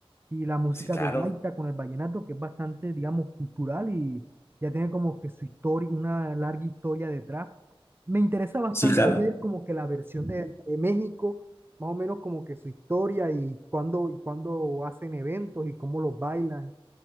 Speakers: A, on the right (about 25°); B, on the left (about 25°).
A: y la música
B: sí, claro.
A: de gaita con el vallenato, que es bastante, digamos, cultural y ya tiene como que su historia, una larga historia detrás. Me interesa bastante
B: Sí, claro.
A: ver como que la versión de, de México, más o menos como que su historia y cuándo, y cuándo hacen eventos y cómo los bailan.